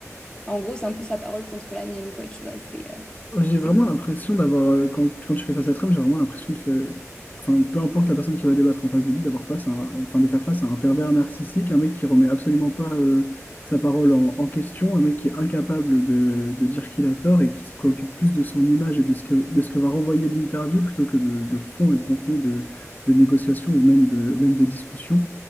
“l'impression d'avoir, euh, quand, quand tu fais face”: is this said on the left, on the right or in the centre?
Left